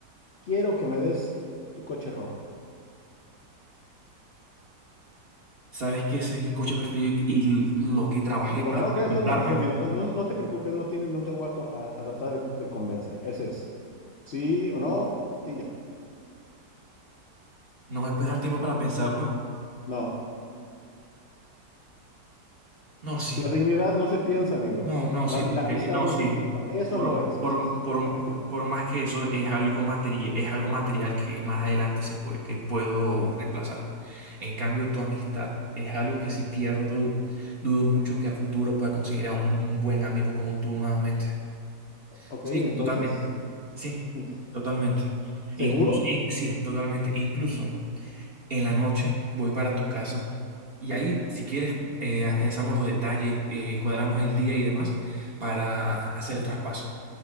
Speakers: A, on the left; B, on the right.
A: quiero que me des tu coche rojo.
B: Sabes que ese es mi coche preferido y, y lo que trabajé
A: No, Bueno,
B: para
A: ok, entonces
B: comprármelo.
A: no, entonces olvídalo. No, no te preocupes, no, tiene, no te voy a, co- a- a tratar de, de convencer. Ese es sí o no y ya.
B: ¿No me puedes dar tiempo para pensarlo?
A: No,
B: No, sí.
A: la dignidad no se piensa, amigo.
B: No, no,
A: La,
B: sí, porque
A: la amistad
B: no,
A: no
B: sí.
A: se piensa. Eso
B: Por,
A: no es,
B: por,
A: así es exactamente
B: por,
A: igual.
B: por más que eso es algo material, es algo material que más adelante se puede, que puedo reemplazar. En cambio, tu amistad es algo que si pierdo, dudo mucho que a futuro pueda conseguir a un un buen amigo como tú nuevamente.
A: Ok,
B: Sí,
A: entonces,
B: totalmente. Sí,
A: ento-
B: totalmente.
A: ¿seguro?
B: Incluso, y- sí, totalmente. Incluso en la noche voy para tu casa y ahí, si quieres, eh, afianzamos los detalles, eh, cuadramos el día y demás para hacer el traspaso.